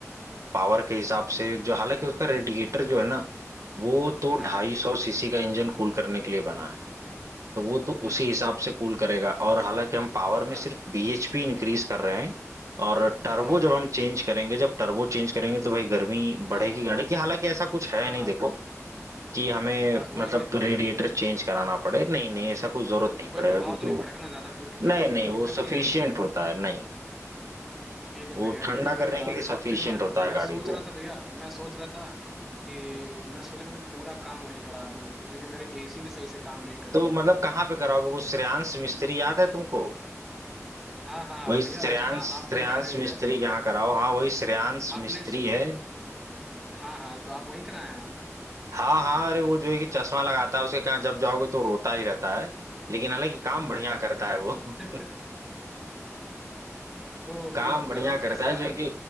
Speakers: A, on the right; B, in the centre.
A: पावर के हिसाब से जो हालांकि उसका रेडिएटर जो है ना वो तो
B: हाँ
A: ढाई
B: हाँ
A: सौ सीसी का इंजन कूल करने के लिए बना है तो वो तो
B: हम्म
A: उसी हिसाब से कूल करेगा और हालांकि हम पावर
B: हाँ
A: में सिर्फ बीएचपी इंक्रीज कर रहे हैं और टर्बो
B: हम्म
A: जब
B: हम्म
A: हम चेंज करेंगे जब टर्बो चेंज करेंगे तो भाई गर्मी
B: हाँ
A: बढ़ेगी
B: हाँ
A: गाड़ी की हालांकि ऐसा कुछ है
B: हाँ
A: नहीं
B: हाँ
A: देखो कि हमें
B: हाँ, वही
A: मतलब
B: वही
A: रेडिएटर
B: पूछ रहा था
A: चेंज कराना पड़े नहीं नहीं ऐसा कोई जरूरत
B: तो
A: नहीं
B: कोई
A: पड़ेगा
B: प्रभाव
A: क्योंकि
B: तो नहीं
A: वो
B: पड़ेगा ना ज्यादा कोई दिक्कत
A: नहीं नहीं
B: कोई दिक्कत
A: वो सफिशियंट
B: नहीं आएगी ना
A: होता है नहीं
B: ठीक है
A: वो
B: भैया
A: ठंडा
B: ये तो मैं
A: करने
B: करा
A: के लिए
B: लूंगा
A: सफिशियंट
B: फिर मैं
A: होता है
B: मैं
A: गाड़ी
B: सोच
A: को
B: रहा था भैया मैं सोच रहा था कि मैं सोच रहा था कि पूरा काम वहीं करा दूं क्योंकि मेरी एसी भी सही से काम नहीं कर
A: तो
B: रही
A: मतलब
B: है
A: कहाँ पे कराओगे वो श्रेयांश मिस्त्री याद है तुमको
B: हाँ हाँ
A: वही
B: भैया
A: श्रेयांश
B: जहाँ आपने
A: श्रेयांश
B: कराई
A: मिस्त्री
B: है
A: के यहाँ कराओ हाँ वही श्रेयांश मिस्त्री
B: आपने
A: है
B: हाँ हाँ तो आप वहीं कराए हैं आप
A: हाँ हाँ अरे वो जो है कि चश्मा लगाता है उसके कहाँ जब जाओगे तो रोता ही रहता है लेकिन हालांकि काम बढ़िया करता है वो <laughs>
B: <laughs> तो
A: काम
B: मतलब
A: बढ़िया
B: काम कैसा
A: करता है जो है कि